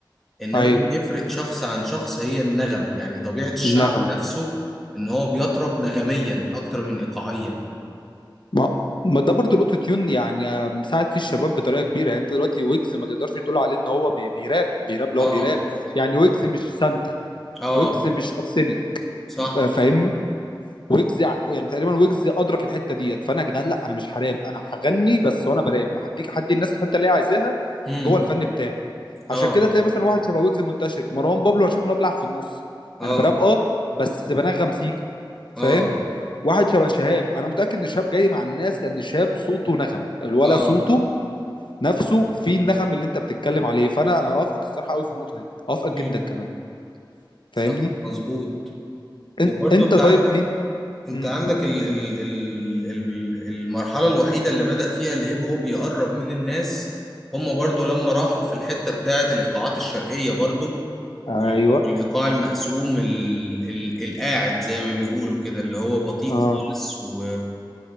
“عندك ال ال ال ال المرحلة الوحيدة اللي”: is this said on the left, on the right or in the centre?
Centre